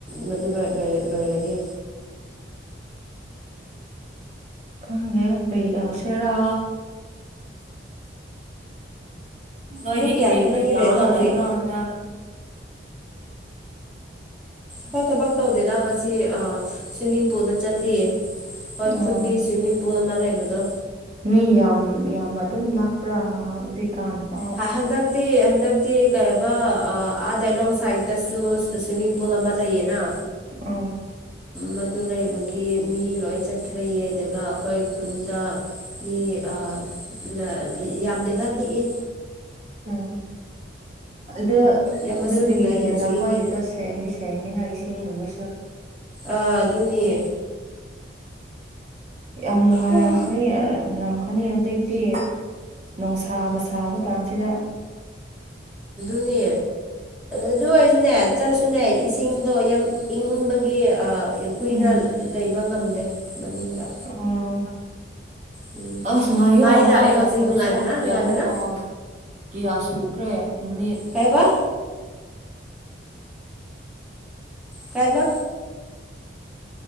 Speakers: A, in the centre; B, on the right.
A: ꯃꯗꯨ ꯂꯣꯏꯔ ꯂꯣꯏꯔꯗꯤ
B: ꯈꯪꯗꯦ ꯀꯩ ꯇꯧꯁꯤꯔꯥ ꯅꯣꯏꯗꯤ
A: ꯃꯤ ꯀꯌꯥꯅꯣ
B: ꯀ꯭ꯔꯤ ꯀ꯭ꯔꯤ
A: ꯅꯪꯒꯤ
B: ꯇꯧꯔꯒ
A: ꯔꯦꯟꯗ ꯍꯧꯖꯤꯛ
B: ꯂꯩꯕ꯭ꯔꯣ ꯍꯟꯗꯛ
A: ꯍꯣꯏ ꯊꯕꯛ ꯇꯧꯗꯦꯗ ꯉꯁꯤ ꯑ ꯁ꯭ꯋꯤꯃꯤꯡ ꯄꯨꯜꯗ ꯆꯠꯂꯤꯌꯦ ꯍꯣꯏ ꯈꯨꯟꯒꯤ
B: ꯑꯣ
A: ꯁ꯭ꯋꯤꯃꯤꯡ ꯄꯨꯜ ꯑꯃ ꯂꯩꯕꯗꯣ
B: ꯃꯤ ꯌꯥꯝ ꯌꯥꯝ ꯑꯗꯨꯝ ꯂꯥꯛꯄ꯭ꯔ ꯍꯧꯖꯤꯛꯀꯥꯟ ꯄꯥꯎ
A: ꯍꯥ ꯍꯟꯗꯛꯇꯤ ꯍꯟꯗꯛꯇꯤ ꯀꯩꯕ ꯑ ꯑꯥꯗꯂꯣꯡ ꯁꯥꯏꯠꯇꯁꯨ ꯁ꯭ꯋꯤꯃꯤꯡ ꯄꯨꯜ ꯑꯃ ꯂꯩꯌꯦꯅ
B: ꯎꯝ
A: ꯃꯗꯨ ꯂꯩꯕꯒꯤ ꯃꯤ ꯂꯣꯏ ꯆꯠꯈ꯭ꯔꯦꯌꯦ ꯑꯗꯨꯒ ꯑꯩꯈꯣꯏ ꯈꯨꯟꯗ ꯃꯤ ꯑ ꯂ ꯌꯥꯝꯗꯦꯗ ꯂꯤꯛꯏ
B: ꯎꯝ ꯑꯗꯨ
A: ꯌꯥꯝꯃꯁꯨ
B: ꯑꯗꯨꯗꯒꯤ
A: ꯅꯨꯡꯉꯥꯏ
B: ꯍꯦꯟꯅ
A: ꯏꯪꯁꯨ
B: ꯑꯩꯈꯣꯏꯒꯤꯗꯣ
A: ꯏꯪꯉꯤ
B: ꯁꯦꯡꯗꯤ ꯁꯦꯡꯉꯤꯅ ꯏꯁꯤꯡ ꯁꯤꯡꯒꯨꯝꯕꯁꯨ
A: ꯑꯥ ꯑꯗꯨꯅꯦ
B: ꯌꯥꯝ ꯅꯨꯡꯉꯥꯏꯔꯝꯈ꯭ꯔꯦ
A: ꯎꯝ
B: ꯈꯅꯤ ꯍꯧꯖꯤꯛꯇꯤ ꯅꯨꯡꯁꯥꯕ ꯁꯥꯕ ꯀꯥꯟꯁꯤꯗ
A: ꯑꯗꯨꯅꯦ ꯑꯗꯨ ꯑꯣꯏꯁꯨꯅꯦ ꯆꯠꯂꯁꯨꯅꯦ ꯏꯁꯤꯡꯗꯣ ꯌꯥꯝ ꯏꯪꯕꯒꯤ ꯑ ꯀꯨꯏꯅ
B: ꯎꯝ
A: ꯂꯩꯕ ꯉꯝꯗꯦ ꯃꯅꯨꯡꯗ
B: ꯑꯣ
A: ꯎꯝ
B: ꯑꯁ ꯉꯥꯏꯌꯣ
A: ꯂꯥꯛꯑꯦ
B: ꯃꯥꯏ
A: ꯍꯧꯖꯤꯛ
B: ꯂꯥꯛꯇꯕꯁ꯭ꯅꯨ
A: ꯅꯨꯡꯉꯥꯏꯕꯅ ꯅꯨꯡꯉꯥꯏꯕꯅ
B: ꯀꯌꯥꯃꯨꯛ ꯑ ꯀꯤꯌꯥ ꯁꯨꯈ꯭ꯔꯦ ꯅꯨꯃꯤꯠ
A: ꯀꯥꯏꯕ ꯀꯏꯕ